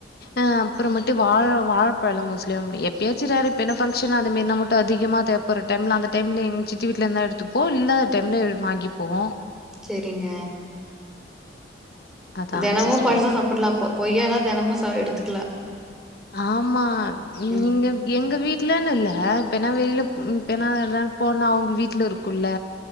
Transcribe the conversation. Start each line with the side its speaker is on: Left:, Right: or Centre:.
Left: ஆ அப்பறமேட்டும வாழ வாழப்பழம் மோஸ்ட்லி வாங்க எப்பயாச்சும் ரேர் இப்ப என்னா பக்சனா அந்தமேறினா மட்டும் அதிகமா ஒரு டைம்ல அந்த டைம்ல எங்க சித்தி வீட்ல இருந்த எடுத்துப்போ இல்லாத டைம்ல வாங்கிப்போம்
Centre: சேரிங்க
Left: அதா
Centre: தெனமும்
Left: சிஸ்டர்
Centre: பழுசா சாப்பல்லா அப்போ கொய்யா எல தினமும் ச எடுத்துக்கலா
Left: ஆமா
Centre: ம்
Left: நீங்க எங்க வீட் வீட்லனு இல்ல இப்பனா வெளியில இப்பனா போனா அவங்க வீட்ல இருக்கும்ல்ல